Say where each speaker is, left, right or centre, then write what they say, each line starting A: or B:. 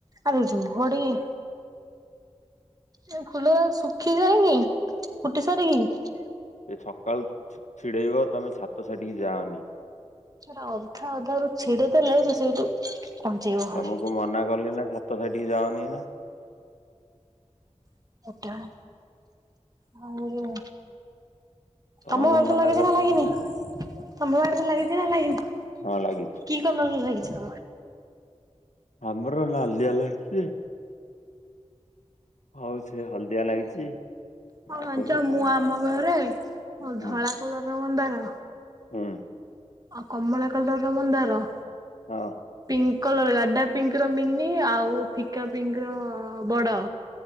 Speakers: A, on the right (about 30°); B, on the left (about 85°).
A: ଆରେ ରୁ ଘଡିଏ ଏ ଫୁଲ ରା ଶୁଖି ଯାଇନି ଫୁଟି ସାରିକି?
B: ଏଇ ସକାଳୁ ଛିଡେଇବ ତମେ ଛାତସାଇଟିକି ଯାଅନି।
A: ସେରା ଅଧା ଅଧା ରୁ ଛିଡେଇଦେଲେ ସେ ସେଇଠୁ କଞ୍ଚେଇବ ପୁଣି
B: ତମକୁ ମନା କଲି ନା ଛା ତ ସାଇଟି କି ଯାଅନି ଏଇନା।
A: <unintelligible> ଆଉ ଯୋଉ
B: ତମକୁ
A: ଆମ ଆଡରେ
B: ମନା
A: ଲାଗିଛି
B: କରାହେଲା
A: ନା ଲାଗିନି ତମ ବାଡିରେ ଲାଗିଛି ନା ଲାଗିନି
B: ହଁ ଲାଗିଛି।
A: କି କଲର ଲାଗିଛି? <inaudible>
B: ଆମର ନାଲିଆ ଲ ହେଛି ହଉ ସେ ହଳଦିଆ ଲାଗିଛି
A: ହଁ
B: ନା
A: ଜାଣିଛ
B: ସେ କ
A: ମୁଁ
B: ହୁଁ
A: ଆମ ଘରେ ଧଳା କଲରର ମନ୍ଦାର
B: ହୁଁ।
A: ଆଉ କମଳ କଲର ମନ୍ଦାର।
B: ହଁ।
A: ପିଙ୍କି କଲର ଗାଡା ପିଙ୍କ ର ମିନି ଆଉ ଫିକା ପିଙ୍କ ର ବଡ